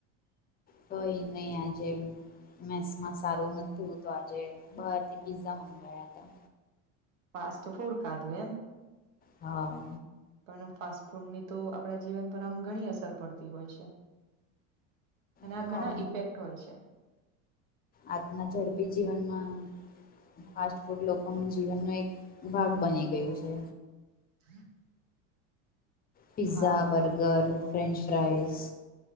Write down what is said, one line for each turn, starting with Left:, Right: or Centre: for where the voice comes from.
Left: કઈ નઈ આજે મેસમાં સારું નતું તો આજે બહાર થી પીઝા મંગાયા તા.
Right: ફાસ્ટ ફૂડ ખાધું એમ?
Left: હા.
Right: પણ ફાસ્ટ ફૂડની તો આપણા જીવન પર આમ ઘણી અસર પડતી હોય છે. એના
Left: હા
Right: ઘણા ઈફેક્ટ હોય છે.
Left: આજના ઝડપી જીવનમાં ફાસ્ટ ફૂડ લોકો ના જીવનનો એક ભાગ બની ગયું છે.
Right: <unintelligible>
Left: પીઝા
Right: હા
Left: બર્ગર ફ્રેન્ચ ફ્રાઈસ.